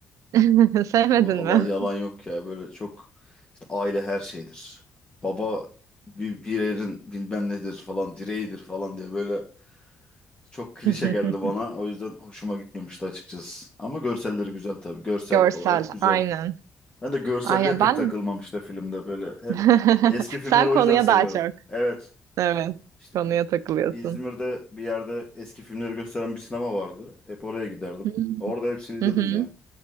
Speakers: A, on the right; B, on the left.
A: <laughs> Sevmedin
B: Allah
A: mi?
B: yalan yok ya böyle çok işte aile her şeydir. Baba bir, bir yerin bilmem nedir falan direğidir falan diye böyle çok klişe
A: <laughs>
B: geldi bana. O yüzden hoşuma gitmemişti açıkçası. Ama görselleri güzel tabii. Görsel
A: Görsel
B: olarak güzel.
A: aynen.
B: Ben de görselliğe
A: Aynen
B: pek
A: ben
B: takılmam işte filmde böyle hep
A: <laughs>
B: eski filmleri
A: Sen
B: o
A: konuya
B: yüzden seviyorum.
A: daha çok.
B: Evet
A: Evet.
B: işte
A: Konuya
B: bir-
A: takılıyorsun.
B: İzmir'de bir yerde eski filmleri gösteren bir sinema vardı. Hep oraya giderdim.
A: Hı
B: Orada hepsini izledim
A: hı. hı.
B: ya.